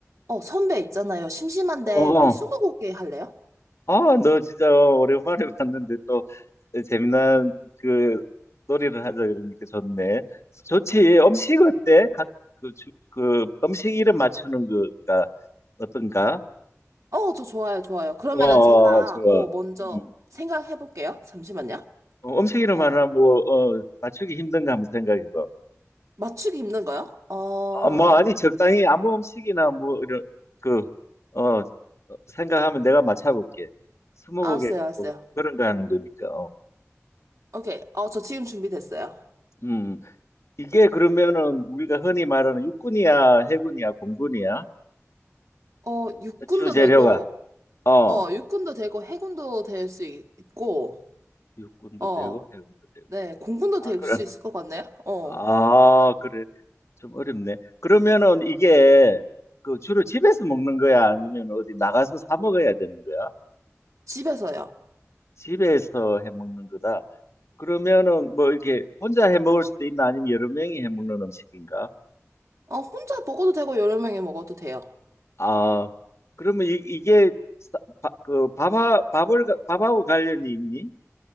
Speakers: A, on the right; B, on the left.
A: 어, 선배 있잖아요. 심심한데
B: 어,
A: 우리
B: 어.
A: 스무고개 할래요?
B: 아, 너 진짜 오랜만에 <laughs> 봤는데 또 재미난 그 놀이를 하자 그러니까 좋네. 좋지. 음식 어때? 각, 그, 주- 그 음식 이름 맞추는 거가 어떤가?
A: 어, 저 좋아요, 좋아요. 그러면은
B: 어,
A: 제가
B: 어, 좋아.
A: 어 먼저
B: 음.
A: 생각해 볼게요. 잠시만요.
B: 어, 음식 이름
A: 어,
B: 하나 뭐 어, 맞추기 힘든가 한번 생각해봐.
A: 맞추기 힘든 거요? 어,
B: 아, 뭐 아니 적당히 아무 음식이나 뭐 이런 그 어, 생각하면 내가 맞춰볼게. 스무고개
A: 알았어요,
B: 같고
A: 알았어요.
B: 그런 거 하는 거니까.
A: 오케이. 어, 저 지금 준비됐어요.
B: 어. 이게 그러면은 우리가 흔히 말하는 육군이야, 해군이야, 공군이야?
A: 어, 육군도
B: 주 재료가
A: 되고,
B: 어
A: 어, 육군도 되고, 해군도 될 수 있고,
B: 육군도
A: 어,
B: 되고 해군도 되고.
A: 네, 공군도
B: 아
A: 될
B: 그래.
A: 수 있을 것 같네요. 어,
B: 아 그래. 좀 어렵네. 그러면은 이게 그 주로 집에서 먹는 거야, 아니면 어디 나가서 사 먹어야 되는 거야?
A: 집에서요.
B: 집에서 해 먹는 거다. 그러면은 뭐 이렇게 혼자 해 먹을 수도 있나, 아니면 여러 명이 해 먹는 음식인가?
A: 어, 혼자 먹어도 되고, 여러 명이 먹어도 돼요.
B: 아 그러면 이, 이게 사- 바- 그 밥하, 밥을 가- 밥하고 관련이 있니?